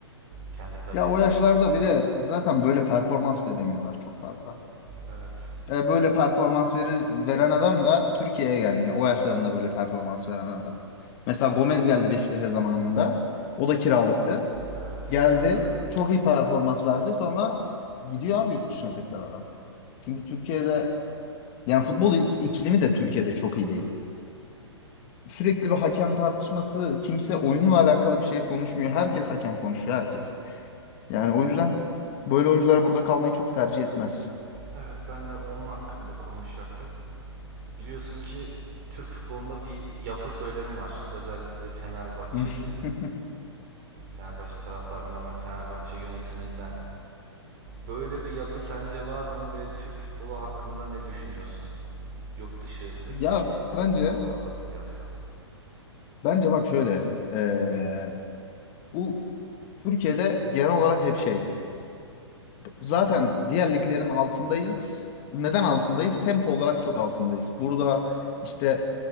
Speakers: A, on the right; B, on the left.
A: kendi kariyerinde
B: Ya o yaşlarda
A: Osimhen.
B: bir de zaten böyle performans veremiyorlar çok fazla.
A: Evet.
B: E, böyle performans verir, veren adam da Türkiye'ye gelmiyor. O yaşlarında böyle performans veren adam. Mesela Gomez geldi Beşiktaş'a zamanında. O da kiralıktı.
A: Evet
B: Geldi.
A: hatırlıyorum.
B: Çok iyi performans verdi. Sonra gidiyor abi yurt dışına tekrar adam. Çünkü Türkiye'de yani futbol ilk, iklimi de Türkiye'de çok iyi değil. Sürekli bir hakem tartışması, kimse oyunla alakalı bir şey konuşmuyor. Herkes hakem konuşuyor, herkes. Yani o yüzden böyle oyuncular burada kalmayı çok tercih etmez.
A: Evet ben de onun hakkında konuşacaktım. Biliyorsun ki Türk futbolunda bir yapı söylemi var. Özellikle Fenerbahçelilerden,
B: <laughs>
A: Fenerbahçe taraftarından ve Fenerbahçe yönetiminden. Böyle bir yapı sence var mı ve Türk futbolu hakkında ne düşünüyorsun? Yurt dışındaki
B: Ya bence
A: spor dallarına kıyasla.
B: bence bak şöyle eee, bu Türkiye'de genel olarak hep şey Zaten diğer liglerin altındayız. Neden altındayız? Tempo olarak çok altındayız. Burada işte